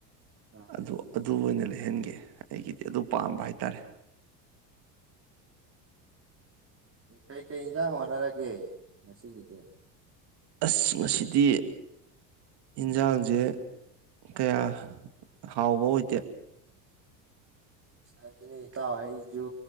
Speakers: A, on the right; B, on the right.
A: ꯑꯥ
B: ꯑꯗꯨ ꯑꯗꯨ ꯑꯣꯏꯅ ꯂꯩꯍꯟꯒꯦ ꯑꯩꯒꯤꯗꯤ ꯑꯗꯨ ꯄꯥꯝꯕ ꯍꯥꯏꯇꯥꯔꯦ
A: ꯀꯩꯀꯩ ꯏꯟꯖꯥꯡ ꯍꯣꯠꯅꯔꯒꯦ ꯉꯁꯤꯒꯤꯗꯤ
B: ꯑꯁ ꯉꯁꯤꯗꯤ ꯏꯟꯖꯥꯡꯁꯦ ꯀꯌꯥ ꯍꯥꯎꯕ ꯑꯣꯏꯗꯦ
A: ꯑꯗꯨꯅ‌ꯦ ꯏꯇꯥꯎ ꯑꯩꯖꯨ